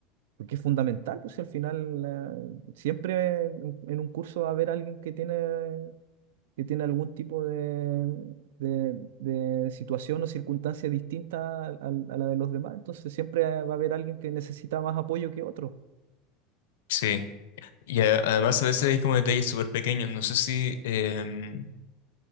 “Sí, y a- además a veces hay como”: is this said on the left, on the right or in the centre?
Left